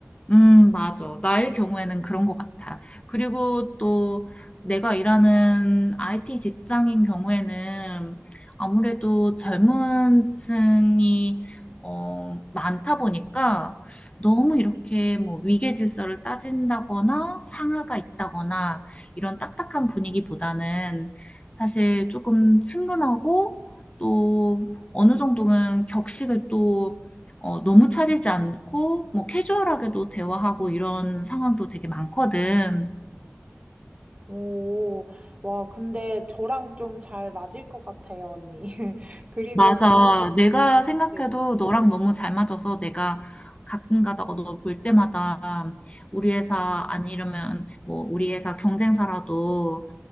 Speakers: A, on the left; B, on the right.
A: 음, 맞아. 나의 경우에는 그런 것 같아. 그리고 또 내가 일하는 IT 직장인 경우에는 아무래도 젊은 층이 어, 많다 보니까 너무 이렇게 뭐 위계 질서를 따진다거나 상하가 있다거나 이런 딱딱한 분위기보다는 사실 조금 친근하고 또 어느 정도는 격식을 또 어, 너무 차리지 않고, 뭐, 캐주얼하게도 대화하고 이런 상황도 되게 많거든.
B: 오, 와, 근데 저랑 좀 잘 맞을 것 같아요, 언니. <laughs> 그리고,
A: 맞아. 내가 생각해도
B: 네.
A: 너랑 너무 잘 맞아서 내가 가끔 가다가 너 볼 때마다 우리 회사 아니려면 뭐, 우리 회사 경쟁사라도